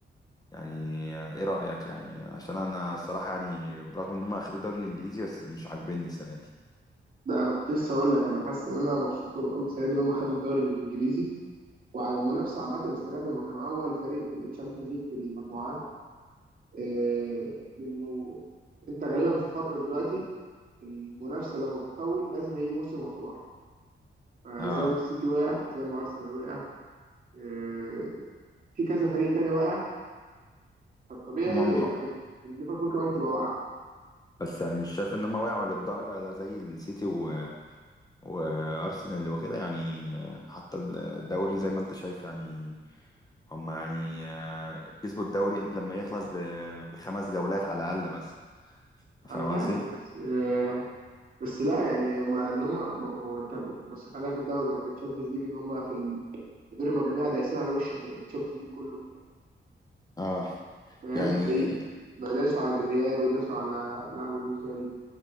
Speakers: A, on the left; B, on the right.
A: يعني ايه رأيك يعني عشان انا الصراحة يعني برغم ان هم اخدوا الدوري الانجليزي بس مش عاجبني السنة دي
B: ده انا كنت لسه هقول لك انا حاسس ان انا مبسوط لهم قوي السنه دي ان هم خدوا الدوري الانجليزي وعلى المنافسه عامه السنه دي هم كانوا اول فريق في الشامبيونز ليج في المجموعات آه، لانه انت غالبا في فتره دلوقتي المنافسه لما بتطول لازم هيجي موسم وهتقع فزي
A: اه
B: ما السيتي وقع زي ما ارسنال وقع آه، في كذا فريق تاني وقع فالطبيعي
A: هم مه...
B: ان كان إن ليفربول كمان تبقى واقعه
A: بس يعني مش شايف ان هم وقعوا للدرجة ده زي السيتي و... وارسنال وكده يعني حتى الدوري زي ما انت شايف يعني هم يعني آه، كسبوا الدوري قبل ما يخلص ب- بخمس جولات على الأقل مثلا فاهم
B: انا فاهم
A: قصدي؟
B: بس آه، بس لا يعني هما ان هما ما ما هو انت بصيت عليها في الدوري طب في الشامبيونز ليج ان هما في ال- في دور المجاميع دايسين على وش الد- الشامبيونز ليج كله
A: اه
B: فاهم
A: يعني
B: اي بقى داسوا على الريال وداسوا على لعبوا مين تاني